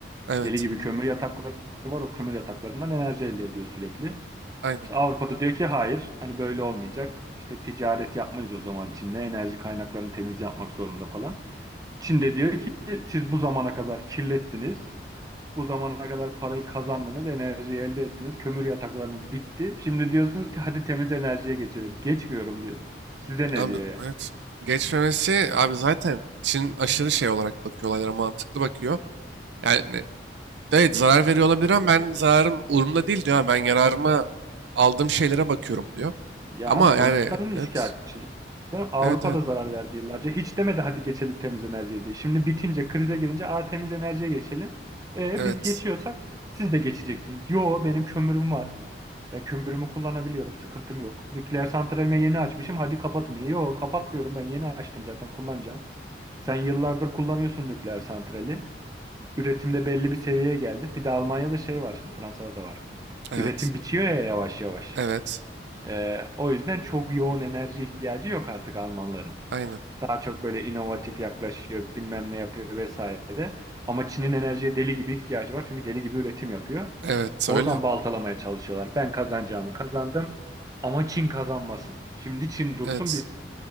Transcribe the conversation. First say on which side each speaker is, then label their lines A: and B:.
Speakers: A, on the right; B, on the right.
A: Evet.
B: Deli gibi kömür yatakları var o kömür yataklarından enerji elde ediyor sürekli.
A: Aynen.
B: İşte Avrupa'da diyor ki hayır hani böyle olmayacak. İşte ticaret yapmayız o zaman Çin'le enerji kaynaklarını temiz yapmak zorunda falan. Çin de diyor ki siz bu zamana kadar kirlettiniz. Bu zamana kadar parayı kazandınız, enerjiyi elde ettiniz, kömür yataklarınız bitti. Şimdi diyorsunuz ki hadi temiz enerjiye geçelim. Geçmiyorum diyor. Size ne
A: Abi
B: diyor yani?
A: evet. Geçmemesi abi zaten Çin aşırı şey olarak bakıyor olaylara mantıklı bakıyor. Yani evet zarar veriyor olabilir ama ben zararım umurumda değil diyor. "Ha, Ben yararıma aldığım şeylere bakıyorum diyor.
B: Ya
A: Ama
B: politikanın
A: yani
B: üçkağıtçılığı.
A: evet
B: Avrupa'da
A: Evet evet
B: zarar verdi yıllarca. Hiç demedi hadi geçelim temiz enerjiye diye. Şimdi bitince, krize girince a temiz enerjiye geçelim. E,
A: evet
B: biz geçiyorsak siz de geçeceksiniz. Yo benim kömürüm var. Ben kömürümü kullanabiliyorum. Sıkıntım yok. Nükleer santralimi yeni açmışım. Hadi kapatın. E, Yo kapatmıyorum. Ben yeni açtım zaten kullanacağım. Sen yıllardır kullanıyorsun nükleer santrali. Üretimde belli bir seviyeye geldin. Bir de Almanya'da şey var şimdi Fransa'da da var.
A: evet
B: Üretim bitiyor ya yavaş yavaş.
A: evet
B: Ee, o yüzden çok yoğun enerji ihtiyacı yok artık Almanların.
A: aynen
B: Daha çok böyle inovatif yaklaşıyor, bilmem ne yapıyor vesaire. Ama Çin'in enerjiye deli gibi ihtiyacı var. Çünkü deli gibi üretim yapıyor.
A: evet
B: Oradan
A: öyle
B: baltalamaya çalışıyorlar. Ben kazanacağımı kazandım ama Çin kazanmasın. Şimdi Çin dursun
A: evet
B: biz